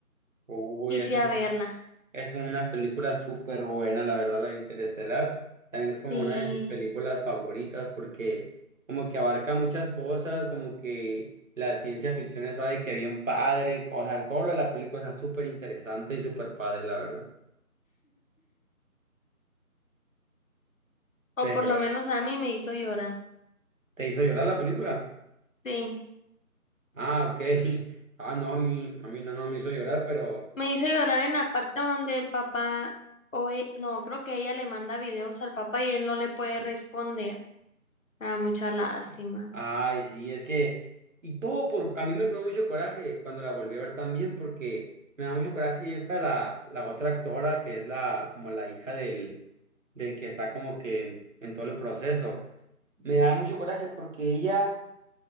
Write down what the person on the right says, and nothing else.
Uy,
eso
Es una película súper buena, la verdad, la de Interestelar. También es como
una de mis películas favoritas porque como que abarca muchas cosas, como que la ciencia ficción está de que bien padre, o sea todo lo de la película está súper interesante y súper padre, la verdad. Pero,
¿te hizo llorar la película?
Ah, ok. <laughs> Ah, no, a mí, a mí no, no me hizo llorar, pero
Ay, sí, es que, y todo por, a mí me quedó mucho coraje cuando la volví a ver también, porque me da mucho coraje y está la, la otra actora que es la, como la hija del, del que está como que en, en todo el proceso. Me da mucho coraje porque ella